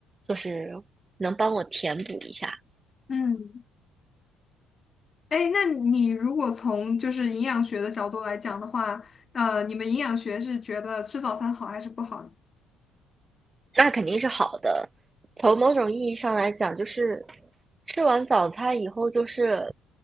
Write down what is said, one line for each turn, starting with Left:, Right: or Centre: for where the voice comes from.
Right: 就是能帮我填补一下。
Left: 嗯。哎，那你如果从就是营养学的角度来讲的话，呃，你们营养学是觉得吃早餐好还是不好呢？
Right: 那肯定是好的。从某种意义上来讲，就是吃完早餐以后，就是